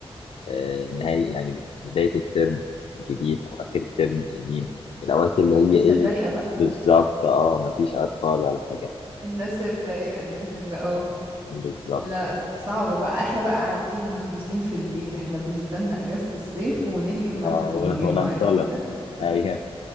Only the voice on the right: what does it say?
الناس
الرايقة بقى
الناس الرايقة الناس اللي اه
لا صعبة بقى احنا بقى قاعدين محبوسين في البيت احنا بنستنى اجازة الصيف ونهجم مع
اللي بيهجموا
عارف انت <laughs>